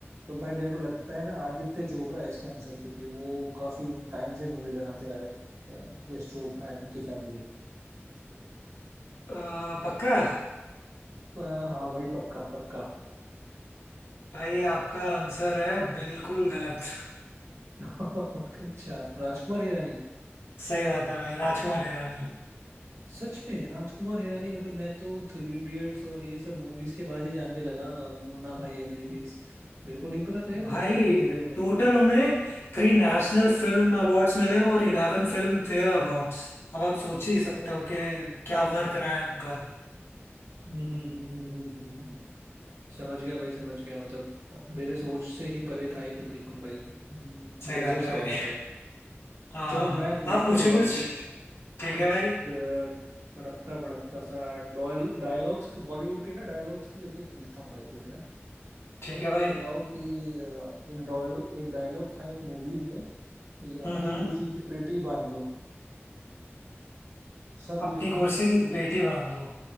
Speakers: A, on the right; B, on the left.
A: तो भाई मेरे को लगता है ना आदित्य चोपड़ा है इसका आंसर क्योंकि वो काफी टाइम से मूवी बनाते आ रहे हैं यश चोपड़ा एंड उनकी फैमिली
B: अ, पक्का
A: हाँ भाई पक्का पक्का
B: भाई आपका आंसर है बिल्कुल गलत
A: <laughs> अच्छा राजकुमार हिरानी
B: सही बात है भाई राजकुमार हिरानी
A: सच में राजकुमार हिरानी मतलब मैं तो थ्री इडियट्स और ये सब मूवीज के बाद ही जानने लगा अ, मोना भाई एमबीबीएस मेरे को नहीं पता था यार उन्होंने
B: भाई
A: इतनी मूवी बनाई
B: टोटल
A: है
B: उन्हें थ्री नेशनल फिल्म अवार्ड्स मिले हैं और इलेवन फिल्म फेयर अवार्ड्स अब आप सोच ही सकते
A: ओ
B: हो कि क्या वर्क रहा है उनका
A: हम्म हम्म हम्म हम्म हम्म, हम्म, हम्म। समझ गया भाई समझ गया मतलब मेरे सोच से ही परे था ये तो बिल्कुल भाई हम्म,
B: सही
A: गजब
B: बात
A: सवाल
B: है भाई
A: था भाई
B: हाँ
A: चलो मैं पूछता
B: आप पूछो
A: हूँ भाई
B: कुछ
A: कुछ
B: ठीक
A: कुछ
B: है भाई
A: अ, तड़कता भड़कता सा डॉल डायलॉग्स बॉलीवुड के ना डायलॉग्स के लेके पूछता हूँ भाई कुछ ना
B: ठीक
A: चलो
B: है भाई
A: ये बताओ कि अ, एक डॉल एक डायलॉग था एक मूवी में कि अपनी
B: हम्म हम्म
A: कुर्सी की पेटी बांध लो सब
B: अपनी
A: ये अपनी
B: कुर्सी
A: की-
B: की
A: कुर्सी
B: पेटी
A: की
B: बांध लो